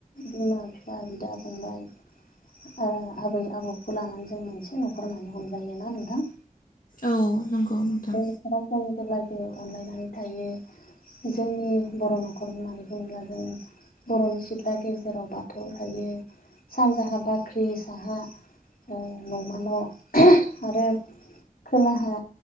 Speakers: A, on the left; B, on the left.
A: बिमा-बिफा बिदा-फंबाय ओ आबै आबौखौ लानानै जों मोनसे न'खर होननानै हमजायोना नोंथां?
B: औ नंगौ नोंथां।
A: बे न'खराव जों जेब्लायबो अनलायनानै थायो जोंनि बर' न'खरनि होननानै बुङोब्ला जों बर'नि सिथ्ला गेजेराव बाथौ थायो सानजाहा बाख्रि साहा औ न'मा न' आरो खोलाहा